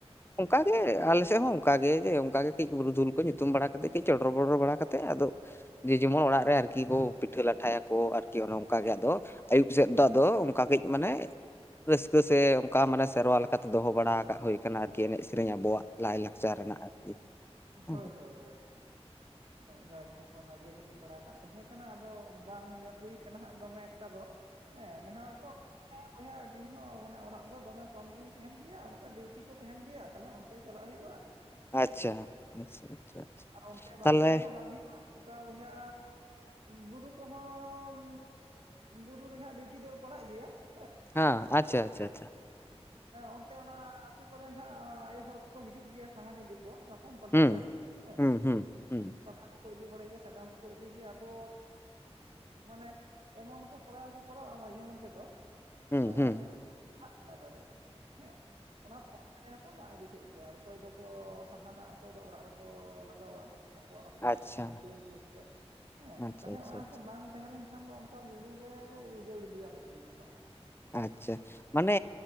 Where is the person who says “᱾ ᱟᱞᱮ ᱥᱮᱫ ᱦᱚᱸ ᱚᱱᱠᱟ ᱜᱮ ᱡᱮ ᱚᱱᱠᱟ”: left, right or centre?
Left